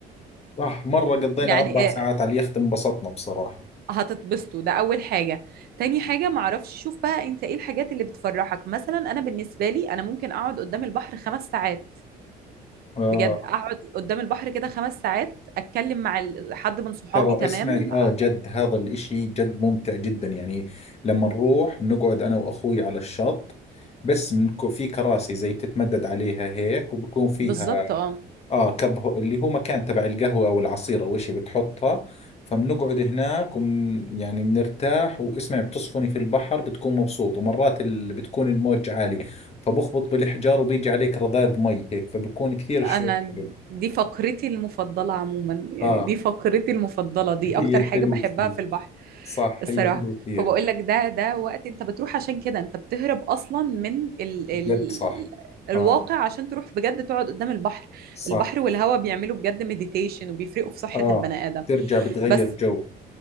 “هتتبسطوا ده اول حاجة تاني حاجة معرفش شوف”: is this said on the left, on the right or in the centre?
Right